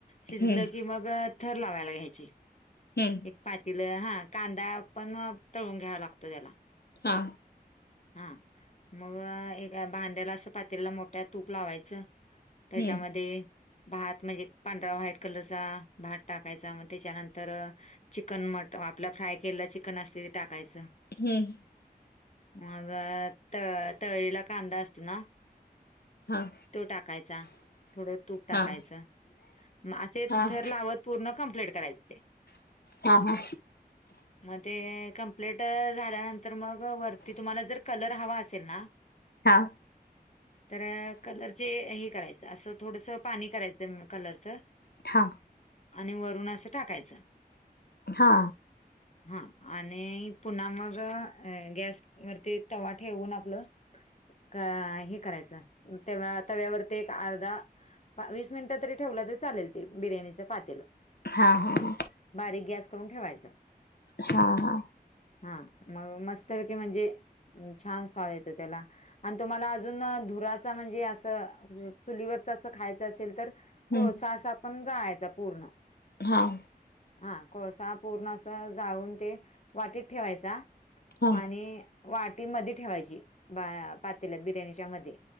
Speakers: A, on the left (about 45°); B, on the left (about 80°).
A: शिजलं
B: हं,
A: की मग, थर लावायला घ्यायची.
B: हम्म.
A: पातील. हा, कांदा पण तळून घ्यावा लागतो त्याला.
B: हा.
A: हा, मग एका भांड्याला असं पातेला मोठ्या तूप लावायचं. त्याच्यामध्ये
B: हं,
A: भात म्हणजे पांढरा व्हाईट कलरचा भात टाकायचा, मग त्याच्यानंतर चिकन मट आपलं फ्राय केलेलं चिकन असते ते टाकायचं.
B: हम्म.
A: मग त तळलेला कांदा असतो ना
B: हां,
A: तो टाकायचा. थोडं तूप टाकायचं.
B: हां,
A: मग असे
B: हां,
A: थर लावत पूर्ण कम्प्लीट करायचं ते.
B: हा हा.
A: मग ते कंप्लीट झाल्यानंतर मग वर ते तुम्हाला जर कलर हवा असेल ना
B: हां,
A: तर कलरचे हे करायचं, असं थोडस पाणी करायचं कलरचं.
B: हा.
A: आणि वरून असं टाकायचं.
B: हा.
A: हा आणि पुन्हा मग गॅस वरती तवा ठेवून आपलं, अ हे करायचं <inaudible> तेव्हा तव्यावरती एक अर्धा वीस मिनिटं तरी ठेवला तरी चालेल ते बिर्याणीचं पातेलं,
B: हा हा हा
A: बारीक गॅस करूंन ठेवायचां
B: हां हां
A: हां मंग मस्तं पयकी म्हणजे छान स्वाद येतों त्यांला आणि तुम्हांला अजूंन धुरांचा म्हणजे असं चुलीवरच असं खायचं असेल तरं
B: हं,
A: कोळसां असं पणं जायचां पूर्ण
B: हां
A: हां कोळसां पूर्ण असं जाळून ते वाटीत ठेवायचां
B: हां,
A: आणि वाटी मध्यें ठेवायची पातेल्यात बिर्याणीच्या मध्यें